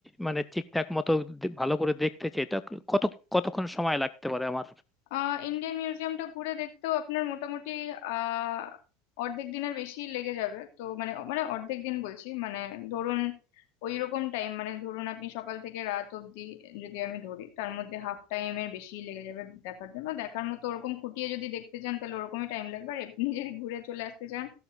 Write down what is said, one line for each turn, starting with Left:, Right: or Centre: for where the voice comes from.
Centre: মানে ঠিকঠাক মতো দে- ভালো করে দেখতে চাই তো কত কতক্ষণ সময় লাগতে পারে আমার
Left: আহ ইন্ডিয়ান মিউজিয়ামটা ঘুরে দেখতেও আপনার মোটামুটি আহ অর্ধেক দিনের বেশি লেগে যাবে তো মানে মানে অর্ধেক দিন বলছি মানে ধরুন ওই রকম টাইম মানে ধরুন আপনি সকাল থেকে রাত অবধি যদি আমি ধরি তার মধ্যে হাফ টাইম এর বেশি লেগে যাবে দেখার জন্য দেখার মতো ওরকম খুঁটিয়ে যদি দেখতে চান তাহলে ওরকমই টাইম লাগবে আর এমনি যদি ঘুরে চলে আসতে চান